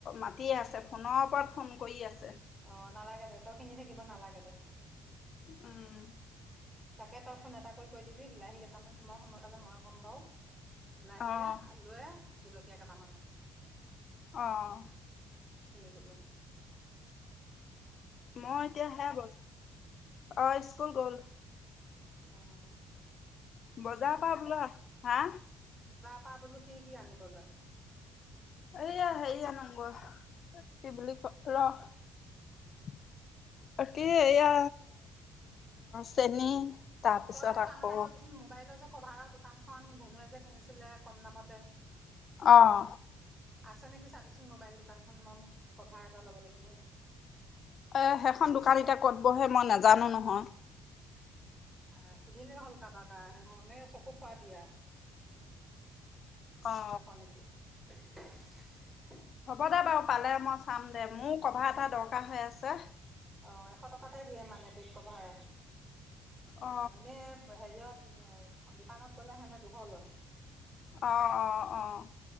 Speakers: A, on the left; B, on the right.
A: মাতিয়ে আছে ফোনৰ ওপৰত ফোন কৰি আছে।
B: অ নালাগে দে, তই কিনি থাকিব নালাগে দে। <unintelligible>
A: উম
B: তাকে তই ফোন এটা কৰি কৈ দিবি, বিলাহী কেইটামান, মই সময়পালে ময়ে ক'ম বাৰু। বিলাহীয়ে,
A: অঁ
B: আলুৱে। জলকীয়া কেইটামানে।
A: অঁ
B: এনেই বজোৱা।
A: মই এতিয়া, <unintelligible> অ স্কুল গ'ল।
B: অ'হ!
A: বজাৰৰ পৰা বোলো, হা?
B: পা বোলো কি কি আনিব যাই!
A: এইয়া, হেৰি আনুগৈ, কি বুলি কয়, ৰহ কি, এয়া, চেনী। তাৰপিছত
B: তই কাম
A: আকৌ
B: এটা কৰিবিচোন। মোবাইলৰ যে কভাৰৰ দোকানখন ধনুুৱে যে কিনিছিলে, কম দামতে।
A: অ'হ।
B: আছে নেকি চাবিচোন মোবাইল দোকানখন, মই কভাৰ এটা ল'ব লাগিব।
A: এ সেইখন
B: আহিছেনে
A: দোকান এতিয়া ক'ত বহে, মই নাজানোঁ নহয়।
B: আহ সুধিলে হ'ল কাবাক আৰু, সেইধৰণে চকু ফুৰাবি আৰু।
A: অ
B: দেখ নেকি! <unintelligible>
A: হ'ব দে বাৰু, পালে মই চাম দে। মোৰো কভাৰ এটা দৰকাৰ হৈ আছে।
B: অঁ এশ টকাতেই দিয়ে মানে বেত কভাৰ। নহলে
A: অ
B: নে শাৰীত দোকানত গ'লে সিহঁতে দুখ লবই।
A: অ '- অ ' -অ '